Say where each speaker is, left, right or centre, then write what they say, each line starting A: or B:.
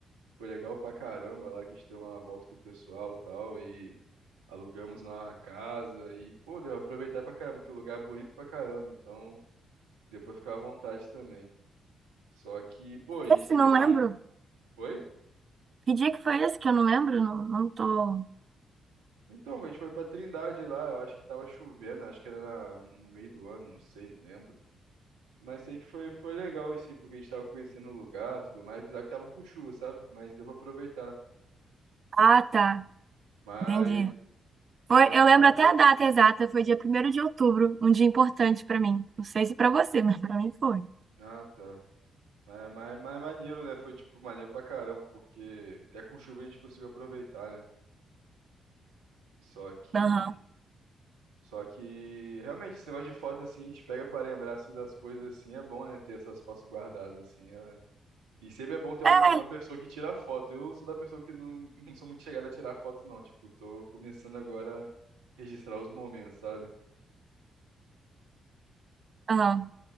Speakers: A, on the right (about 80°); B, on the right (about 45°).
A: Foi legal pra caramba lá que a gente deu uma volta com o pessoal e tal. E alugamos lá uma casa. E, pô, deu pra aproveitar pra caramba, que o lugar é bonito pra caramba. Então, deu pra ficar à vontade também. Só que, pô, a gente
B: Esse
A: tem
B: não
A: que marcar.
B: lembro.
A: Oi?
B: Que dia que foi esse que eu não lembro? Não, não tô.
A: Então, a gente foi pra Trindade lá, eu acho que tava chovendo, acho que era na- no meio do ano, não sei, não lembro. Mas sei que foi, foi legal esse, porque a gente tava conhecendo o lugar, tudo mais, apesar que tava com chuva, sabe? Mas deu pra aproveitar.
B: Ah, tá.
A: Mas,
B: Entendi. Foi,
A: mas
B: eu
A: é
B: lembro
A: maneiro.
B: até a data exata, foi dia primeiro de outubro, um dia importante pra mim. Não sei se pra
A: Hum.
B: você, <laughs> mas pra mim foi.
A: Ah, tá. Mas, mas, mas é maneiro, né? Foi, tipo, maneiro pra caramba, porque até com chuva a gente conseguiu aproveitar, né? Só que,
B: Aham.
A: só que, realmente, esse negócio de foto, assim, a gente pega pra lembrar, assim, das coisas, assim, é bom, né? Ter essas fotos guardadas, assim, é E sempre é bom ter
B: É,
A: uma, uma pessoa que tira foto. Eu sou da pessoa que não, <laughs> não sou muito chegada a tirar foto, não. Tipo, tô começando agora a registrar os momentos, sabe?
B: aham.